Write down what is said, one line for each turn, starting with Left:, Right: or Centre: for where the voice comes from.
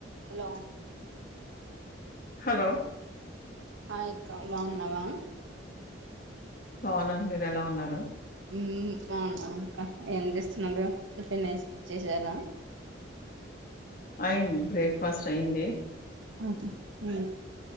Right: Hello
Left: hello
Right: hi అక్క బాగున్నావా
Left: బావున్నాను మీరు ఎలా ఉన్నారు
Right: హ్మ్ అవును అవును అక్క ఏం చేస్తున్నారు టిఫిన్ చేసారా
Left: అయింది బ్రేక్ఫాస్ట్ అయింది
Right: హ్మ్ హు